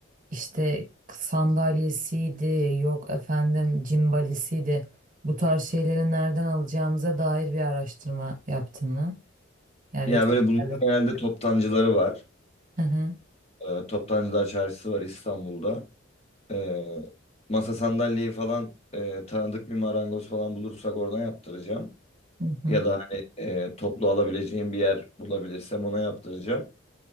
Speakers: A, on the right; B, on the left.
A: işte sandalyesiydi, yok efendim cimbalisiydi. Bu tarz şeyleri nereden alacağımıza dair bir araştırma yaptın mı? Yani
B: Ya
A: bir kriterle.
B: böyle bunun genelde toptancıları var.
A: Hı hı,
B: Ee, Toptancılar Çarşısı var İstanbul'da. Ee, masa sandalyeyi falan e, tanıdık bir marangoz falan bulursak oradan yaptıracağım.
A: hı hı.
B: Ya da hani e, toplu alabileceğim bir yer bulabilirsem ona yaptıracağım.